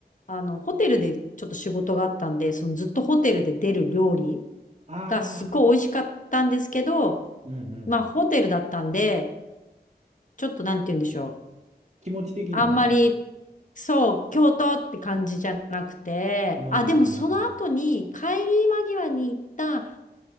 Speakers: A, on the left; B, on the right.
A: あの、ホテルでちょっと仕事があったんで、そのずっとホテルで出る料理
B: ああ、
A: がすごい美味しかったんですけど、
B: うんうん。
A: まあ、ホテルだったんで、ちょっとなんて言うんでしょ
B: 気持ち的にはね。
A: う。あんまり、そう、京都って感じじゃなくて、
B: うんうんうん。
A: あ、でもその後に帰り間際に行った